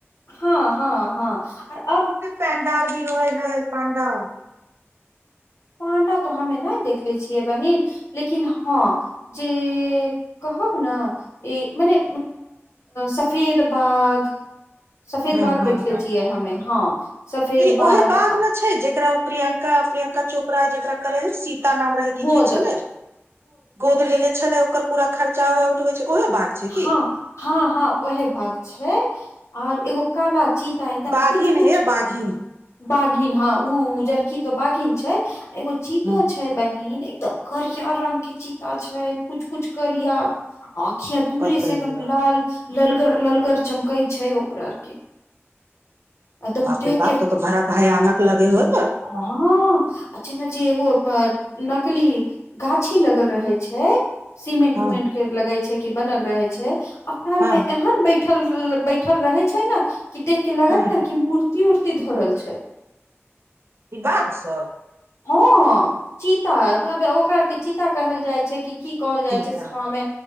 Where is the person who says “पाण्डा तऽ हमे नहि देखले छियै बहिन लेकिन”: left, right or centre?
Left